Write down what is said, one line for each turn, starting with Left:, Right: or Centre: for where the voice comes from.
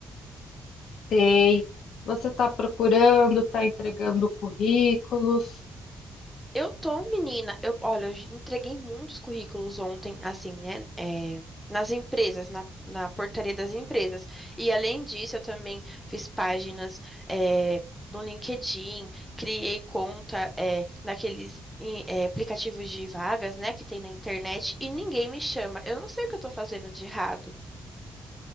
Left: Tem. Você está procurando, está entregando currículos.
Centre: Eu tô, menina. Eu, olha, eu entreguei muitos currículos ontem, assim, né? é, nas empresas, na, na portaria das empresas. E além disso, eu também fiz páginas, é, no LinkedIn, criei conta, é, naqueles em, é, aplicativos de vagas, né, que tem na internet, e ninguém me chama. Eu não sei o que eu tô fazendo de errado.